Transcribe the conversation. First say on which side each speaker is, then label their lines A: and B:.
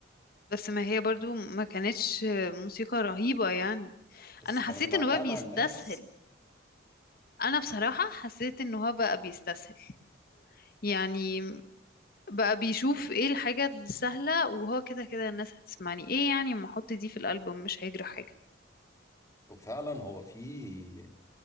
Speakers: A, on the left; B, on the left.
A: بس ما هي برضو ما كانتش موسيقى رهيبة يعني
B: بس
A: أنا حسيت
B: كانت معلقة
A: إنه بقى بيستسهل
B: مع الناس
A: أنا بصراحة حسيت إنه هو بقى بيستسهل يعني بقى بيشوف إيه الحاجة السهلة وهو كده كده الناس هتسمعني إيه يعني ما أحط دي في الألبوم مش هيجري حاجة
B: وفعلا هو في